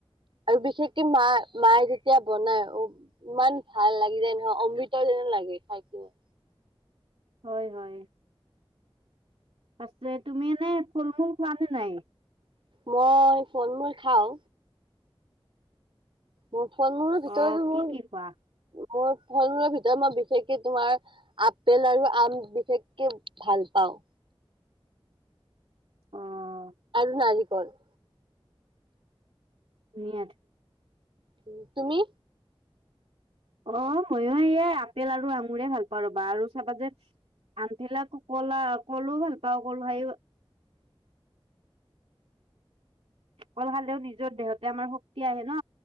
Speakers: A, on the right; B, on the right.
A: আৰু বিশেষকে মা, মায়ে যেতিয়া বনাই অ' ইমান ভাল লাগি যায় নহয়, অমৃতৰ যেন লাগে খায় কিনে।
B: হয়, হয়, পাছে তুমি এনে ফল-মূল খোৱা নে নাই?
A: মই ফল মূল খাওঁ। মোৰ ফল মূলৰ ভিতৰতো
B: অ
A: মোৰ,
B: কি কি খোৱা
A: মোৰ ফল মূলৰ ভিতৰত মই বিশেষকে তোমাৰ আপেল আৰু আম বিশেষকে ভাল পাওঁ।
B: অ'।
A: <unintelligible> গ'ল।
B: মুঠ
A: উম, তুমি?
B: অ', মইয়ো এইয়া আপেল আৰু আঙুৰে ভাল পাওঁ ৰ'বা আৰু চাবা যে আনভিলাক কলা কলো ভাল পাওঁ, কল খাই কল খালেও নিজৰ দেহতে আমাৰ শক্তি আহে ন।